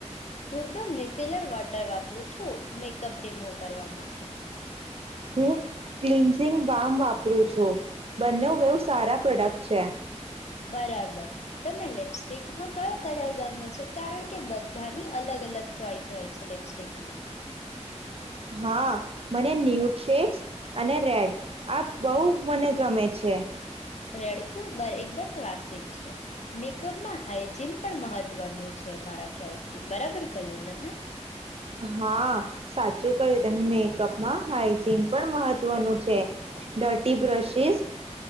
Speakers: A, on the left; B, on the right.
A: હું તો મિસેલર વોટર વાપરું છું. શું મેકઅપ રીમો કરવા માટે
B: હું ક્લન્ઝિંગ બામ વાપરું છું, બંને બહુ સારા પ્રોડક્ટ છે.
A: બરાબર તમે લિપસ્ટિકમાં કયો કલર ગમે છે કારણ કે બ બધાની અલગ અલગ ચોઈસ હોય છે. લિપસ્ટિક માં
B: હા મને <unintelligible> અને રેડ આ બહ મને ગમે છે.
A: રેડ એકદમ ક્લાસિક છે, મેકઅપમાં <unintelligible> હાઈજીન પણ મહત્વનું છે, મારા ખ્યાલથી બરાબર કહું ને મેં
B: હા સાચું કય્યું તમે મેકઅપમાં હાઈજીન પણ મહત્વનું છે <unintelligible> બ્રશસ